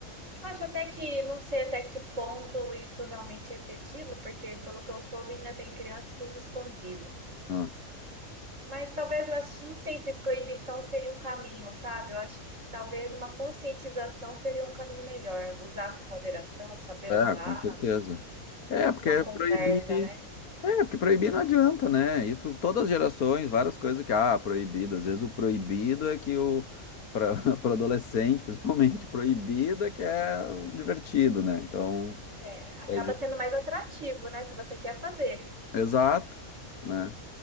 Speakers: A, on the right; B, on the left.
A: Eu acho até que, não sei até que ponto isso realmente é efetivo, porque pelo que eu soube, ainda tem criança que usa escondido.
B: Ah,
A: Mas talvez, eu acho- não sei se proibição seria o caminho, sabe? Eu acho que talvez uma conscientização seria um caminho melhor. Usar com moderação, saber
B: É,
A: usar,
B: com certeza. É, porque
A: uma conversa,
B: proibir.
A: né?
B: É, porque proibir não adianta, né? Isso, todas as gerações, várias coisas que, ah, proibido. Às vezes o proibido é que o. Para <laughs> adolescente, principalmente, proibido é que é o divertido, né? Então.
A: É, acaba
B: É
A: sendo mais atrativo, né? O que você quer fazer.
B: Exato, né?